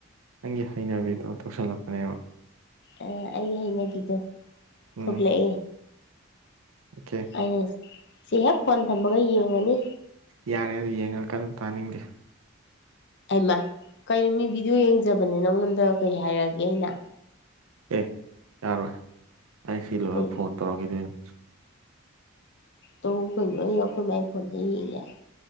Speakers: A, on the right (about 90°); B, on the left (about 55°).
A: ꯅꯪꯒꯤ ꯍꯩꯅꯕꯤꯗꯣ ꯇꯧꯁꯜꯂꯛꯄꯅꯦꯕ
B: ꯑ ꯑꯩꯒꯤ ꯍꯩꯅꯕꯤꯗꯣ
A: ꯎꯝ
B: ꯊꯣꯛꯂꯛꯑꯦ
A: ꯑꯣꯀꯦ
B: ꯑꯩꯅ ꯁꯤ ꯍꯦꯛ ꯐꯣꯟ ꯊꯝꯕꯒ ꯌꯦꯡꯉꯅꯤ
A: ꯌꯥꯔꯦ ꯌꯦꯡꯉꯛꯀꯅꯨ ꯇꯥꯅꯤꯡꯗꯦ
B: ꯑꯩꯃ ꯀꯩꯅꯣ ꯃꯤ ꯚꯤꯗꯤꯑꯣ ꯌꯦꯡꯖꯕꯅꯦ ꯅꯪꯉꯣꯟꯗ ꯀꯩ ꯍꯥꯏꯔꯛꯑꯒꯦ ꯑꯩꯅ
A: ꯑꯦ ꯌꯥꯔꯣꯏ ꯑꯩ ꯁꯤ ꯂꯣꯏꯔ
B: ꯀꯩ
A: ꯐꯣꯟ ꯇꯧꯔꯛꯈꯤꯗꯣꯏꯅꯦ
B: ꯇꯧ ꯀꯩꯅꯣ ꯑꯩ ꯑꯩꯈꯣꯏ ꯃꯥꯏ ꯐꯣꯟꯗꯩꯩ ꯌꯦꯡ ꯌꯥꯏ